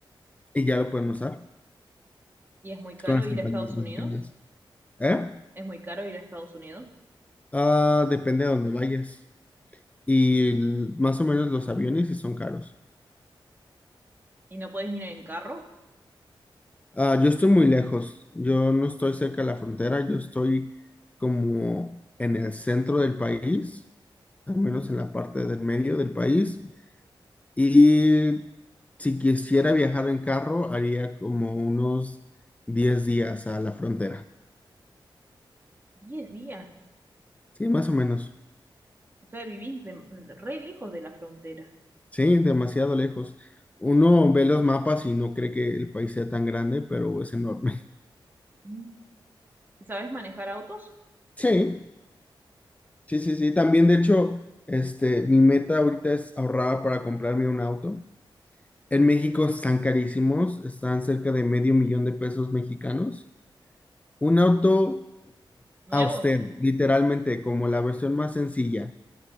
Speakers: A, on the left (about 15°); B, on the right (about 25°).
A: y ya lo pueden usar
B: ¿Y es muy caro
A: con las
B: ir
A: compañías
B: a Estados
A: mexicanas.
B: Unidos?
A: ¿Eh?
B: ¿Es muy caro ir a Estados Unidos?
A: Ah, depende de dónde vayas. Y l- más o menos los aviones sí son caros.
B: ¿Y no podés ir en carro?
A: Ah, yo estoy muy lejos, yo no estoy cerca de la frontera, yo estoy como en el centro del país, al menos en la parte del medio del país. Y si quisiera viajar en carro, haría como unos 10 días a la frontera.
B: Diez días.
A: Sí, más o menos.
B: O sea, vivís de, re lejos de la frontera.
A: Sí, demasiado lejos. Uno ve los mapas y no cree que el país sea tan grande, pero es enorme. <laughs>
B: Ujú. ¿Y sabés manejar autos
A: Sí, sí, sí, sí. También, de hecho, este, mi meta ahorita es ahorrar para comprarme un auto. En México están carísimos, están cerca de medio millón de pesos mexicanos. Un auto
B: nuevos?
A: austero, literalmente, como la versión más sencilla